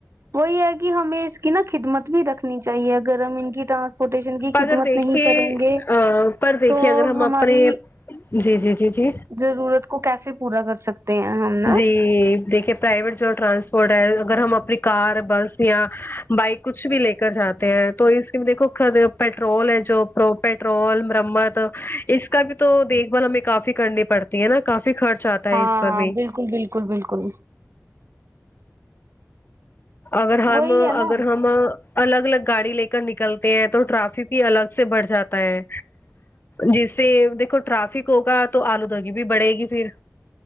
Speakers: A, on the right; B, on the left.
A: وہی ہے کہ ہمیں اس کی نا خدمت بھی رکھنی چاہیے اگرم ان کی ٹرانس فوٹیشن کی
B: اگر
A: خدمت
B: دیکھیے
A: نہیں کریں گے
B: پر دیکھیے
A: تو
B: اگر ہم
A: ہماری
B: اپنے جی جی جی جی
A: ضرورت کو کیسے پورا کر سکتے تے ہم نا
B: جی دیکھیے پرائیویٹ جو ٹرانسپورٹ ہے اگر ہم اپنی کار بس یا بائک کچھ بھی لے کر جاتے ہیں تو اسکیم دیکو ک پٹرول ہے جو پر پٹرول مرمت اس کا بھی تو دیکھ بال ہمیں کافی کرنی پڑتی ہے نا کافی خرچ آتا ہے
A: ہاں
B: اس پر بھی
A: بالکل بالکل بالکل
B: اگر ہم
A: وہی ہے
B: اگر
A: نا
B: ہم الگ الگ گاڑی لے کر نکلتے ہیں تو ٹرافک بھی الگ سے بڑھ جاتا ہے جس سے دیکھو ٹرافک ہوگا تو آلودگی بھی بڑھے گی پھر